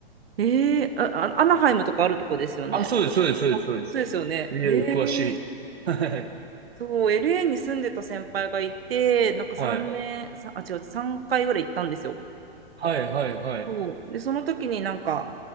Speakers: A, on the right (about 70°); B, on the right (about 85°).
A: ええ、あ、あアナハイムとかあるとこですよね。
B: あ、そうです、そうです、そうです、
A: あ、
B: そうです。
A: そうですよね。
B: いや、
A: へえ、
B: 詳しい。<laughs> はい。
A: そう、LA に住んでた先輩がいて、なんか3年、
B: はい。
A: さあ、違う、3回ぐらい行ったんですよ。
B: はい、はい、はい。
A: そう。で、その時になんか、